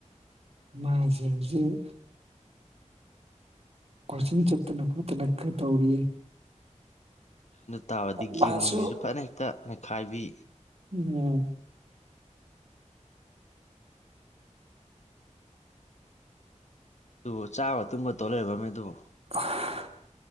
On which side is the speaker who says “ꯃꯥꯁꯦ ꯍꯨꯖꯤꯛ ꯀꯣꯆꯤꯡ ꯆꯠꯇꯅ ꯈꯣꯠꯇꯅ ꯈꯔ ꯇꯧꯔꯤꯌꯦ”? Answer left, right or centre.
Right